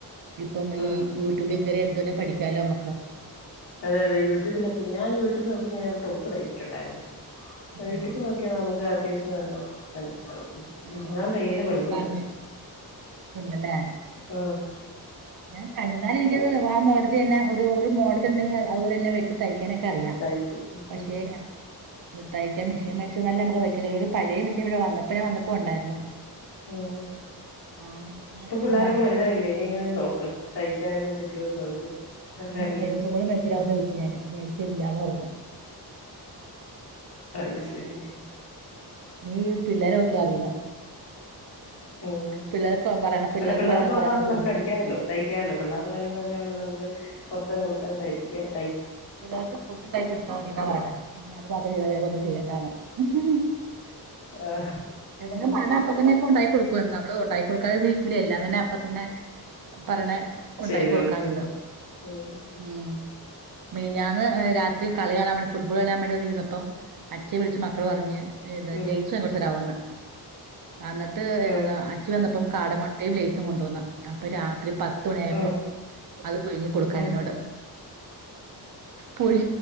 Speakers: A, on the right (about 55°); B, on the left (about 85°).
A: ഇപ്പം
B: ആഹ്
A: ഈ യൂട്യൂബിൽ കേയറി എന്തോരം പഠിക്കാലോമ്മക്ക്
B: അതെ അതെ യട്യൂബിലൊക്കെ ഞാൻ യൂടൂബ് നോക്കീട്ട് ഞാനൊരു ടോപ്പ് തയിച്ചിട്ടുണ്ടായിരുന്നു
A: ഉം ഉം
B: യൂട്യൂബിൽ നോക്കിയ നമുക്ക് അത്യാവശ്യം നല്ല മനസിലാവ
A: ആഹ്
B: ഞാൻ തയ്യല് പഠിക്കുന്നുണ്ട്
A: അപ്പൊ അങ്ങ് ഉണ്ടല്ലേ
B: ആ
A: ഞാൻ കണ്ടാലത്എനിക്ക്ആ മോഡല്ത്തന്നെ ഒരു ഒരു മോഡണ്ടെങ്കി അതുപോലെന്നെ വെട്ടിതൈക്കും തയ്ക്കാനൊക്കെ അറിയാം
B: തയ്ക്കും
A: പക്ഷെ
B: ഉം
A: തയ്ക്കാൻ മിഷീൻ മേടിച്ച നല്ല നമുക്ക് തയ്ക്കാൻ കഴിയു പഴയ മെഷീൻ ഇവിടെ വന്നപ്പ ഞാ വന്നപ്പോ ഉണ്ടായിരുന്നു
B: ഉം
A: ആ മെഷീന്
B: ഇപ്പൊ
A: ഇപ്പം
B: പിള്ളോരൊക്കെ
A: വർക്കാവും
B: വലുതായല്ലേ ഇനി അങ്ങനെ നോക്ക് തയ് തൈക്കാനൊക്കെ പറ്റുവോന്ന് നോക്ക് വേണ്ടല്ലേ
A: ഈ കഴിഞ്ഞ ദിവസം കൂടെ മേഡിച്ചുവന്ന് ചോദിച്ചു ഞാന് മേഡിച്ചരൂല്ലന്ന് പറഞ്ഞു പിന്നാ
B: അത്
A: ഞാനെന്നാ
B: ശരി
A: ചെയ്യും നീ പിള്ളേരെ നോക്ക്യാ മതീന്ന്
B: ഉം ഉം
A: പിള്ളേർക്ക് പറയണ പിള്ളേർക്ക്
B: അല്ല പിള്ളേർക്കുള്ളതാണല്ലോ
A: പറ പറയണ ഫുഡ്
B: നമുക്ക് അടിക്കാമല്ലോ
A: ല്
B: തയ്ക്കാമല്ലോ പിള്ളേരുടെ കാര്യങ്ങളൊക്കെ ആണല്ലോ നമുക്ക് പുറത്തും കൊടുക്കാതെ തൈപിക്ക
A: പിള്ളേർക്ക് ഫുഡ് ഉണ്ടാക്കി കൊടുത്താ മതിന്നാ പറയണ ഇനി അത് മാത്രം ചെയ്താ വേറെ ഒന്നും ചെയ്യണ്ടാന്ന്. <unintelligible> <unintelligible>
B: ആഹ് ഉം
A: ഉണ്ടായി കൊടുക്കും നമ്മള് ഒണ്ടായി കൊടുക്കാത ഇക്കൂല എല്ലാം തന്നെ അപ്പ തന്നെ പറയണ ഉണ്ടായി
B: ചെയ്ത്
A: കൊടുക്കാനുണ്ട്
B: കൊടുക്കും ഉം
A: ഉം മിന്ഞാന്ന് രാത്രി കളികാണാൻ വേണ്ടി ഫുട്ബോൾ കാണാൻ വേണ്ടി വന്നിരുന്നപ്പം അച്ചെ വിളിച്ച് മക്കള് പറഞ്ഞ് ഏത
B: ഉം
A: ലെയ്സ് <unintelligible> ത്തരാവോന്ന് അന്നിട്ട്
B: ഉം
A: എന്താ അച്ചി വന്നപ്പം കാടമൊട്ടേം ലേസും കൊണ്ടുവന്ന് അപ്പൊ രാത്രി ത്രി പത്ത് മണിയായപ്പം
B: ഉം
A: അത് പുയുങ്ങികൊടുക്കാനെന്നോട്
B: ഉം
A: പുയ്